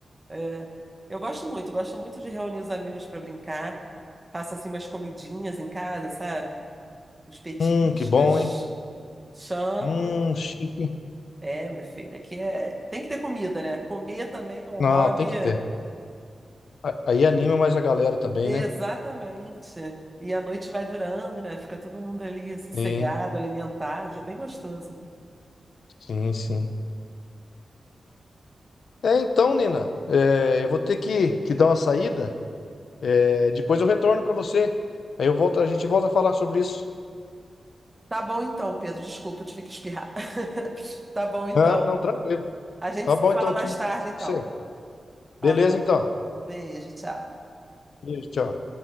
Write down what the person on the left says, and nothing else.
Hum, que bom, hein?
Hum, chique.
Não,
tem que ter. A- Aí anima mais a galera também,
né?
Sim.
Sim, sim. É, então, Nina, é, eu vou ter que, que dar uma saída. É, depois eu retorno para você. Aí eu volto, a gente volta a falar sobre isso.
Ah, não, tranquilo.
Tá
bom,
então,
tudo de
bom
pra você.
Beleza, então.
Beijo, tchau.